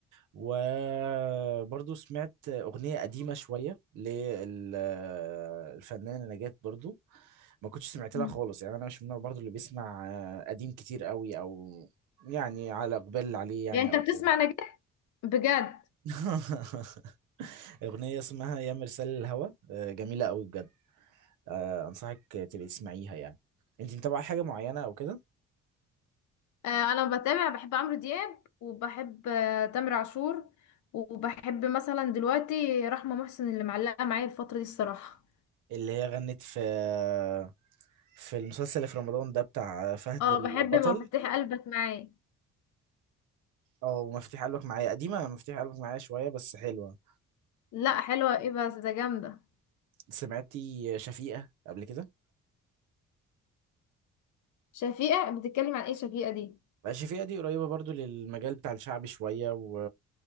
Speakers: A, on the right (about 85°); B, on the left (about 75°).
A: وبرضو سمعت أغنية قديمة شوية للفنانة نجاة برضو ما كنتش سمعت
B: مم.
A: لها خالص يعني أنا مش من النوع برضو اللي بيسمع آه، قديم كتير قوي أو يعني على إقبال عليه يعني
B: يعني انت
A: أو
B: بتسمع
A: كده
B: نجاح بجد
A: <laughs> أغنية اسمها يا مرسال الهوى آه، جميلة قوي بجد آه، أنصحك تبقي تسمعيها يعني أنت متابعة حاجة معينة أو كده
B: آه انا بتابع بحب عمرو دياب وبحب آه تامر عاشور وبحب مثلا دلوقتي رحمه محسن اللي معلقه معايا الفتره دي الصراحه
A: اللي هي غنت في آه، في المسلسل اللي في رمضان ده بتاع فهد
B: اه
A: البطل
B: بحب مفاتيح قلبك معايا
A: اه ومفاتيح قلبك معايا قديمة مفاتيح قلبك معايا شوية بس حلوة
B: لا حلوه ايه بس ده جامده
A: سمعتي شفيقة قبل كده
B: شفيقه بتتكلم عن ايه شفيقه دي
A: آه، شفيقة دي قريبة برضو للمجال بتاع الشعب شوية و